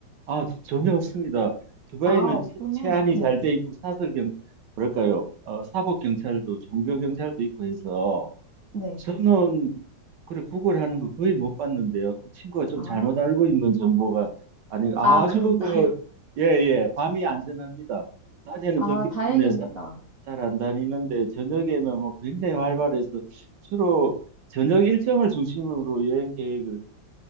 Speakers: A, on the right (about 70°); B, on the right (about 50°).
A: 아 전혀 없습니다. 두바이는
B: 아 없구나
A: 치- 치안이 잘 돼 있고 사설 경 뭐랄까요? 어, 사법 경찰도 종교 경찰도 있고 해서
B: 네네
A: 저는 그래 구글하는 거 거의 못 봤는데요. 그 친구가 좀
B: 아
A: 잘못 알고 있는 정보가 아니 아,
B: 아
A: 아주
B: 그런가요?
A: 그 예예 밤이 안전합니다. 낮에는
B: <laughs> 아
A: 덥기 때문에
B: 다행입니다.
A: 잘 안 다니는데 저녁에는 뭐 굉장히 활발해서 주로 저녁 일정을 중심으로 여행 계획을